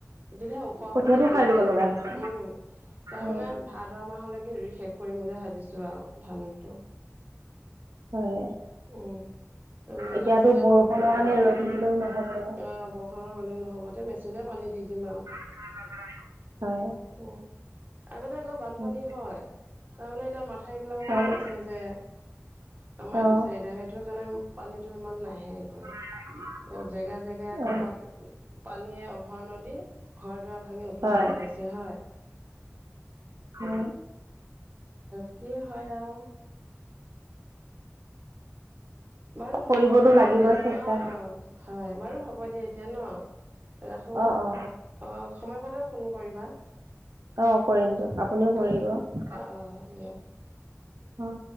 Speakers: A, on the right; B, on the right.
A: তেতিয়াহে ওখ
B: কঠীয়াটো
A: হব তৎক্ষণাতে,
B: সাৰ দিব লগা হৈছে
A: উম। তাৰ মানে
B: অ
A: ভাদ মাহলৈকে ৰুই শেষ কৰিম বুলি ভাবিছোঁ‌ আৰু ধানটো। <inaudible>
B: হয়,
A: উম। তাৰমানে এটা
B: এতিয়াতো
A: ছিজন
B: বৰষুণৰ
A: উম
B: কাৰণে ৰৈ থাকিলেও নহ'ব।
A: অ', বৰষুণলে ল'লেও নহ'ব, তে মেচিনে পানী দি দিম আৰু।
B: <unintelligible> হয়।
A: উম আগতে আকৌ বানপানী
B: উম
A: হয়, তাৰমানে এতিয়া মাথাউৰি বিলাক
B: হয়
A: মাৰি দিছে যে। আমাৰ
B: অ
A: এইটো চাইদে, সেইটোৰ কাৰণে পানীটো ইমান নাহে গৈ।
B: <unintelligible>
A: জেগা জেগাই আকৌ
B: অ
A: কবাত পানীয়ে উভয় নদী ঘৰ-দুৱাৰ ভাঙি উতোৱা
B: হয়
A: লৈ গৈছে। হয়
B: উম
A: <unintelligible> কি হয় আৰু। বাৰু হ'ব
B: কৰিবতো
A: দিয়
B: লাগিবই চেষ্টা
A: অ অ হয়, বাৰু হ'ব দিয়া এতিয়া ন। ৰাখো,
B: অ অ
A: অ সময় পালে ফোন কৰিবা।
B: অ কৰিম দিয়ক আপুনিও কৰিব।
A: অ অ অ দিয়া।
B: অ